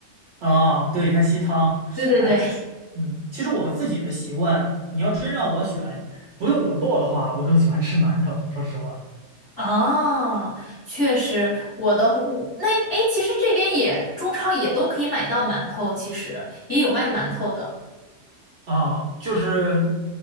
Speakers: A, on the right; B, on the left.
A: 啊，对，它吸汤。
B: 对对对。
A: 哎，其实，嗯，其实我自己的习惯，你要真让我选，不用我做的话，我更喜欢吃馒头。说实话，
B: 哦，确实，我的我那哎，诶其实这边也中超也都可以买到馒头，其实也有卖馒头的。
A: 啊，就是